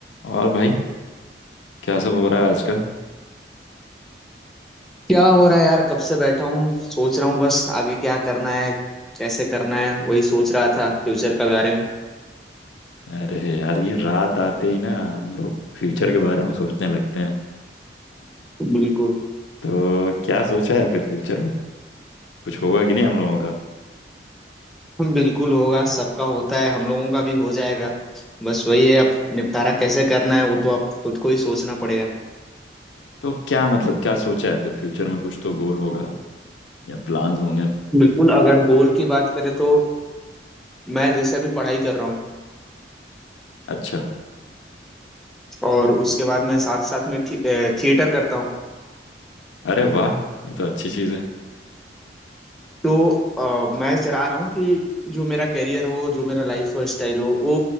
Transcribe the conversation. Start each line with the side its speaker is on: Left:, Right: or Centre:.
Left: और भाई क्या सब हो रहा है आजकल
Centre: क्या हो रहा है यार कब से बैठा हूँ सोच रहा हूँ बस आगे क्या करना है कैसे करना है वही सोच रहा था फ्यूचर के बारे में
Left: अरे यार ये रात आते ही ना हम लोग फ्यूचर के बारे में सोचने लगते हैं
Centre: बिल्कुल
Left: तो क्या सोचा है फिर फ्यूचर में कुछ होगा कि नहीं हम लोगों का
Centre: बिल्कुल होगा सबका होता है हम लोगों का भी हो जाएगा बस वही है अब निपटारा कैसे करना है वो तो आप खुद को ही सोचना पड़ेगा
Left: तो क्या मतलब क्या सोचा है फिर फ्यूचर में कुछ तो गोल होगा या प्लान्स होंगे
Centre: बिल्कुल अगर गोल की बात करें तो मैं जैसे अभी पढ़ाई कर रहा हूँ
Left: अच्छा
Centre: और उसके बाद मैं साथ साथ में थी, थिएटर करता हूँ
Left: अरे वाह ये तो अच्छी चीज़ है
Centre: तो अ, मैं चाह रहा हूँ कि जो मेरा करियर हो जो मेरा लाइफ स्टाइल हो वो